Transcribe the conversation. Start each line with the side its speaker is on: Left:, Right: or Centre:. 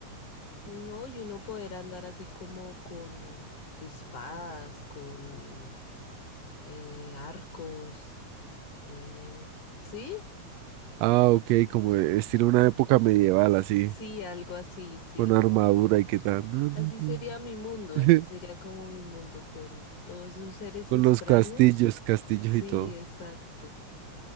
Left: no, y uno poder andar así como con espadas, con eh, arcos, eh, ¿sí?
Right: Ah, ok, como e, estilo una época medieval,
Left: Sí,
Right: así,
Left: algo así, sí.
Right: con armadura y qué tal, no, no,
Left: Así
Right: no,
Left: sería mi mundo,
Right: <laughs>
Left: así sería como mi mundo con todos esos seres
Right: Con
Left: extraños.
Right: los castillos, castillos
Left: Sí,
Right: y todo.
Left: exacto. <laughs>